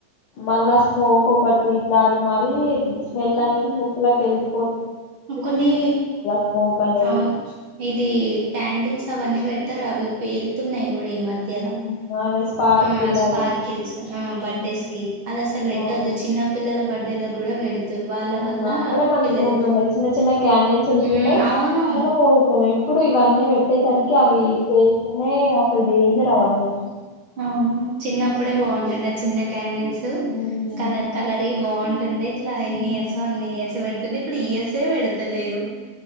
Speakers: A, on the left; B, on the right.
A: మళ్ళా స్మోక్ ఒకటి ఇట్లా
B: దాన్ని
A: అది మరి స్మెల్ అనేది ముక్కులోకి వెళ్తే
B: కొన్ని
A: స్మోక్ అనేది
B: రావచ్చు ఇది క్యాండిల్స్ అవన్నీ పెడతారుగా కదా అవి పేలుతున్నాయి కూడా ఈ మధ్యలా
A: ఉమ్, అదే స్పార్కిల్
B: ఉమ్ స్పార్కిల్స్
A: అవి
B: ఆ బర్డేస్కి
A: ఉమ్,
B: అది అసలు పెట్టొదు
A: అవును.
B: చిన్న పిల్లల బర్డేలకు కూడా పేడుతురు వాళ్ళ
A: ఉమ్,
B: వల్ల
A: అప్పుడే మంచిగా
B: పిల్లలు
A: ఉంటుండే చిన్న చిన్న క్యాండిల్స్ ఉంటుండే
B: ఉమ్ అవును
A: మనం ఊదుతున్నం ఇప్పుడు ఇవన్నీ పెడుతున్నారు పెట్టేసరికి అవి పేలుతూనే అసలు డేంజర్ అవన్ని
B: అవునా చిన్నప్పుడే బాగుంటుండె ఆ చిన్న క్యాండిల్స్
A: ఉమ్,
B: కలర్ కలర్ వి బాగుంట కొన్నిట్ల
A: ఉమ్.
B: ఎన్ని ఇయర్స్ అన్ని ఇయర్స్ పెడుతుండే ఇప్పుడు ఇయర్స్ ఏ పెడతలేరు